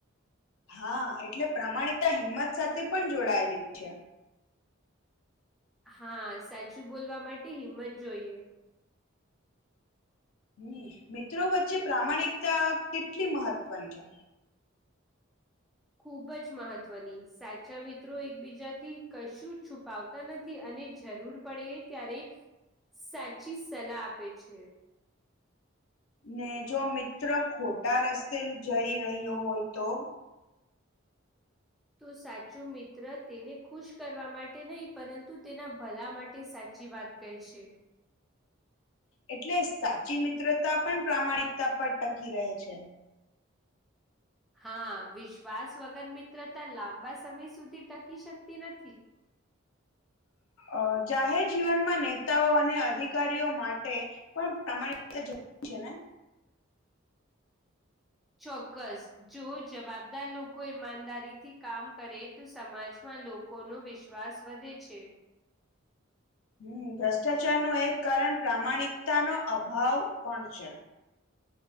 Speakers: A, on the left; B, in the centre.
A: હા એટલે પ્રમાણતા હિંમત સાથે પણ જોડાયેલી જ છે.
B: હા સાચું બોલવા માટે હિંમત જોઈએ.
A: હમ મિત્રો વચ્ચે પ્રામાણિકતા કેટલી મહત્વની છે.
B: ખુબ જ મહત્વની સાચા મિત્રો એકબીજાથી કશું છુપાવતા નથી અને જરૂર પડે ત્યારે સાચી સલાહ આપે છે.
A: ને જો મિત્ર ખોટા રસ્તે જઈ રહ્યો હોય તો?
B: તો સાચો મિત્ર તેને ખુશ કરવા માટે નહી પરંતુ તેના ભલા માટે સાચી વાત કય છે.
A: એટલે સાચી મિત્રતા પણ પ્રામાણિકતા પર ટકી રહે છે.
B: હા વિશ્વાસ વગર મિત્રતા લાંબા સમય સુધી ટકી શકતી નથી.
A: અ જાહેર જીવનમાં નેતાઓ અને આધિક ધિકારીઓ માટે પણ પ્રમાણિક <unintelligible> જરૂ છે ને?
B: ચોક્કસ જો જવાબદાર લોકો ઈમાનદારીથી કામ કરે તો સમાજમાં લોકો નો વિશ્વાસ વધે છે.
A: હમ ભ્રષ્ટાચાર નું એક કારણ પ્રામાણિકતા નો અભાવ પણ છે.